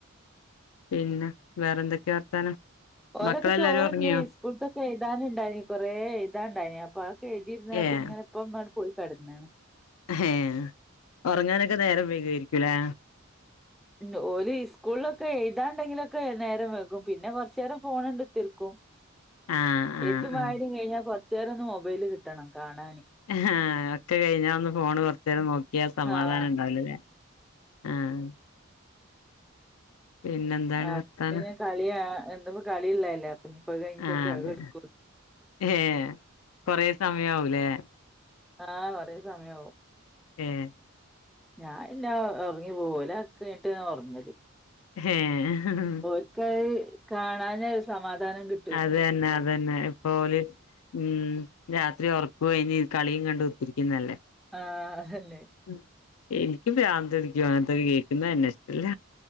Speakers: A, on the left; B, in the centre.
A: പിന്ന വേറെ എന്തൊക്കെയാ വർത്താനം
B: ഓലൊക്കെ
A: മക്കളെല്ലാരും
B: ചോറ്ന്നി
A: ഉറങ്ങിയോ
B: സ്കൂൾത്തൊക്കെ എഴുതാനുണ്ടായിന് കുറേ എഴുതാനുണ്ടായിനി അപ്പൊ അതൊക്കെ എഴുതിയിരുന്നകാട്ടി
A: ഏഹ്
B: ഇങ്ങനെ ഇപ്പം അങ്ങട്ട് പോയി കെടന്നെണ്
A: ഏഹ് ഉറങ്ങാനൊക്കെ നേരം വൈകുവാരിക്കൂലേ
B: ണ്ട് ഓല് സ്കൂളിലൊക്കെ എഴുതാണ്ടെങ്കിലൊക്കെ നേരം വെക്കും പിന്നെ കൊറച്ച് നേരം ഫോണണ്ട് തീർക്കും
A: ആഹ് ആഹ്
B: എഴ്ത്തും വായനേം കഴിഞ്ഞാ കൊറച്ചു നേരം ഒന്ന് മൊബൈല് കിട്ടണം കാണാന്
A: ആഹ് അപ്പഴേ ഞാൻ ഒന്ന് ഫോണ് കുറച്ച് നേരം നോക്കിയാ സമാധാനം
B: ആഹ്
A: ഉണ്ടാവിലല്ലേ ആഹ് പിന്നെന്താണ്
B: ആഹ്
A: വർത്താനം
B: സ് പിന്നെ കളിയാ എന്നും ഇപ്പോ കളിയുള്ളെല്ലേ അപ്പൊ ഇഞ്ഞിപ്പോ കഴിഞ്ഞിട്ടൊക്കെ
A: ആഹ് അതെ
B: അത് കെടുക്കുള്ളൂ
A: ഏഹ് കൊറെ സമയാകൂലേ
B: ആഹ് കൊറേ സമയാവും
A: ഏഹ്
B: ഞാൻ പിന്ന ഒറങ്ങി പോകും ഒലാകീട്ട് ഒറങ്ങല്
A: ഏഹ്
B: ഓൽക്ക് അയ്ല് കാണാന ഇഷ്ട സമാധാനം കിട്
A: അതന്നെ അതന്നെ ഇപ്പോ ഓല് ഉം രാത്രി ഒയ്ഞ്ഞ് കളീം കണ്ട് കുത്തിരിക്കുന്നല്ലേ
B: ആഹ് അല്ലെ
A: ഉം ഇനിക്ക് പ്രാന്ത്‌പിടിക്കും അങ്ങനത്തെക്ക കേക്കുന്നന്നെ ഇഷ്ടല്ല